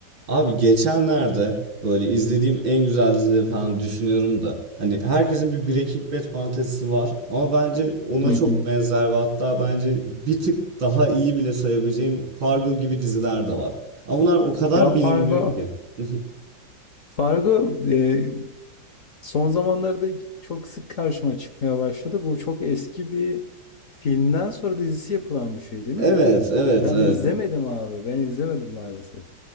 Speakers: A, on the right; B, on the left.
A: Abi geçenlerde böyle izlediğim en güzel dizileri falan düşünüyorum da hani herkesin bir Breaking Bad fantezisi var ama bence ona
B: Hı hı.
A: çok benzer ve hatta bence bir tık daha iyi bile sayabileceğim Fargo gibi diziler de var. Ama bunlar o kadar
B: Ya Fargo,
A: bilinmiyor ki. <laughs>
B: Fargo e, son zamanlarda çok sık karşıma çıkmaya başladı. Bu çok eski bir filmden sonra dizisi yapılan bir şey değil
A: Evet,
B: mi bu?
A: evet,
B: Ben
A: evet.
B: izlemedim abi. Ben izlemedim maalesef.